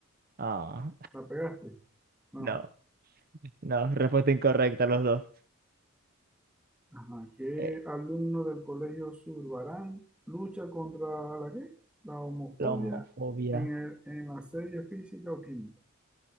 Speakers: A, on the right (about 45°); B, in the centre.
A: Ah, <laughs>
B: ¿La pegaste? No.
A: no, no, respuesta incorrecta los dos.
B: Ajá. ¿Qué
A: Eh,
B: alumno del Colegio Zurbarán lucha contra la qué? La homofobia
A: la homofobia.
B: en, el- en la serie física o química.